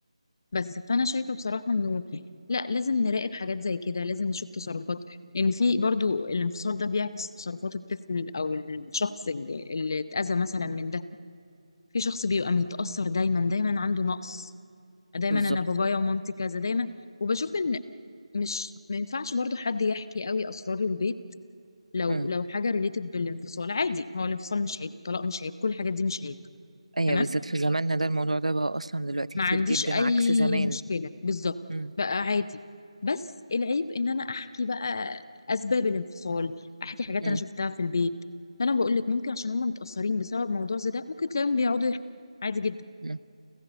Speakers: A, on the left; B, on the right.
A: بس فانا شايفه بصراحه انه لا لازم نراقب حاجات زي كده لازم نشوف تصرفات ان في برضو الانفصال ده بيعكس تصرفات الطفل او الشخص اللي اللي اتأذى مثلا من في شخص بيبقى متأثر دايما دايما عنده نقص دايما
B: بالظبط
A: انا بابايا ومامتي كذا دايما وبشوف ان مش ما ينفعش برضو حد يحكي قوي اسرار البيت لو
B: مم.
A: لو حاجه ريليتد بالانفصال عادي هو الانفصال مش عيب الطلاق مش عيب كل الحاجات دي مش عيب
B: ايوه
A: تمام
B: بالذات في زماننا ده الموضوع ده بقى اصلا دلوقتي
A: ما
B: كتير
A: عنديش
B: جدا
A: اي
B: عكس زمان
A: مشكله بالظبط
B: مم.
A: بقى عادي بس العيب ان انا احكي بقى اسباب الانفصال احكي حاجات
B: مم.
A: انا شفتها في البيت فانا بقول لك ممكن عشان هم متاثرين بسبب موضوع زي ده ممكن تلاقيهم بيقعدوا يحكوا عادي جدا
B: مم.